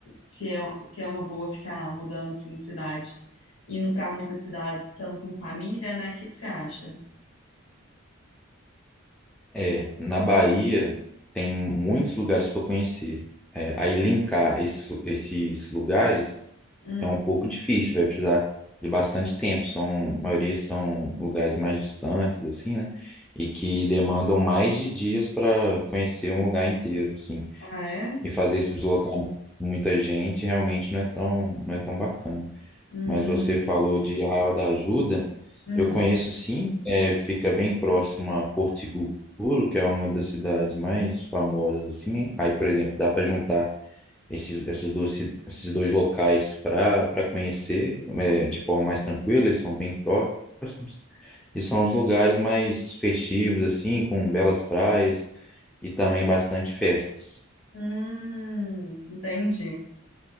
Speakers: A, on the left; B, in the centre.
A: se é, se é uma boa ficar mudando assim de cidade, indo para muitas cidades, estando com família, né? O que que você acha?
B: É, na Bahia tem muitos lugares para conhecer. É, aí linkar esses, esses lugares
A: Hum.
B: é um pouco difícil, vai precisar de bastante tempo. São, a maioria são lugares mais distantes, assim, né? E que demandam mais de dias para conhecer um lugar inteiro, assim.
A: Ah, é?
B: E fazer esse deslocamento com muita gente realmente não é tão, não é tão bacana.
A: Hum,
B: mas você falou de Arraial da Ajuda.
A: hum,
B: Eu conheço sim, é, fica bem próximo a Porto Seguro, que é uma das cidades mais famosas assim. hein? Aí, por exemplo, dá para juntar esses, essas duas, ci- esses dois locais para para conhecer é, de forma mais tranquila. Eles são bem próximos e são os lugares mais festivos assim, com belas praias e também bastante festas.
A: hum, entendi.